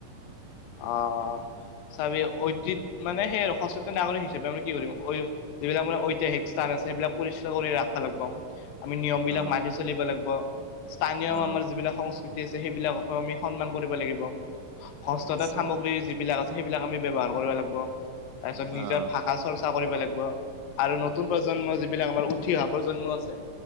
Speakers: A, on the left; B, on the right.
A: অ অ চাবি ঐতিহ্য মানে সেইয়ে আৰু সচেতন নাগৰিক হিচাপে আমি কি কৰিম যিবিলাক মানে ঐতিহাসিক স্থান সেইবিলাক পৰিষ্কাৰ কৰি ৰাখব লাগিব আমি নিয়ম বিলাক
B: অ'
A: মানি চলিব লাগিব স্থানীয়
B: অ'
A: আমাৰ যিবিলাক সংস্ক এতিয়া আছে সেইবিলাকক আমি সন্মান কৰিব লাগিব।
B: আচ্ছা
A: যত সামগ্ৰী যিবিলাক আছে সেইবিলাক আমি ব্যৱহাৰ কৰিব লাগিব তাৰপিছত নিজৰ
B: অ'
A: ভাষা চৰ্চা কৰিব লাগিব আৰু নতুন প্ৰজন্ম যিবিলাক আমাৰ উঠি অহা প্ৰজন্ম আছে